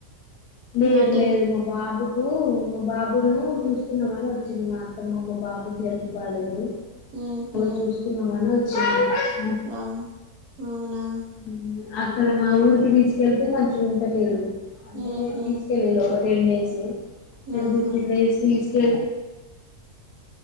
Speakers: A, on the left; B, on the right.
A: లేదు
B: మీ ఆంటీ
A: లేదు మా బాబుకు మా బాబుల్ను చూసుకుందామని వచ్చింది మా అత్తమ్మ బాబుకి హెల్త్ బాలేదు
B: ఉహు,
A: నిన్ జస్కుందామని వచ్ <unintelligible>
B: అవును అవునా
A: ఊ అక్కడ మా ఊరికి తీసుకెళ్తే మంచి ఉంటలేదు అంటే
B: ఉహు,
A: తీస్కేలిలు ఒకరు టెన్ డేసు ఏమో
B: ఆహా
A: పిల్ల ఏడసుంది దీస్